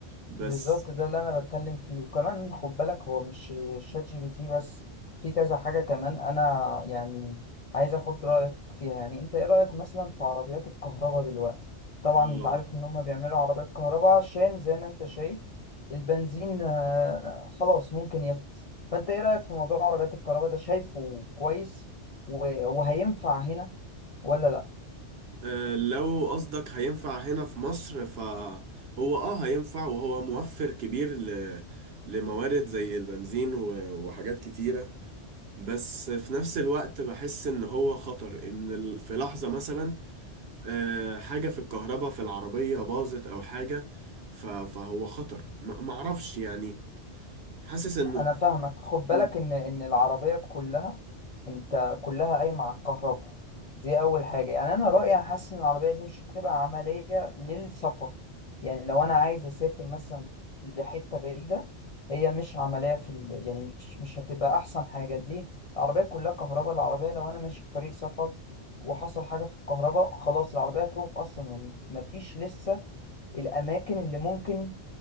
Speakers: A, on the right (about 65°); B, on the left (about 50°).
A: بس
B: بالظبط ده اللي انا بتكلم فيه وكمان خد بالك هو مش شات جي بي تي بس في كذا حاجة كمان انا يعني عايز اخد رأيك فيها يعني انت ايه رأيك مثلا في عربيات الكهرباء دلوقتي طبعا
A: اه
B: انت عارف ان هم بيعملوا عربيات كهرباء عشان زي ما انت شايف البنزين آه، خلاص ممكن يخلص فانت ايه رأيك في موضوع عربيات الكهرباء ده شايفه كويس و- وهينفع هنا ولا لا
A: آه، لو قصدك هينفع هنا في مصر فهو اه هينفع وهو موفر كبير ل لموارد زي البنزين و- وحاجات كتيرة بس في نفس الوقت بحس ان هو خطر ان ال- في لحظة مثلا آه، حاجة في الكهرباء في العربية باظت أو حاجة ف- فهو خطر م- معرفش يعني حاسس إنه
B: انا فاهمك خد بالك
A: م-
B: ان ان العربيه كلها انت كلها قايمه على الكهرباء دي اول حاجه يعني انا رايي أنا حاسس ان العربيه دي مش هتبقى عمليه للسفر يعني لو انا عايز اسافر مثلا لحته بعيده هي مش عمليه في ال... يعني مش مش هتبقى احسن حاجه ليه العربيه كلها كهرباء العربيه لو انا ماشي في طريق سفر وحصل حاجه في الكهرباء خلاص العربيه هتقف اصلا يعني مفيش لسه الاماكن اللي ممكن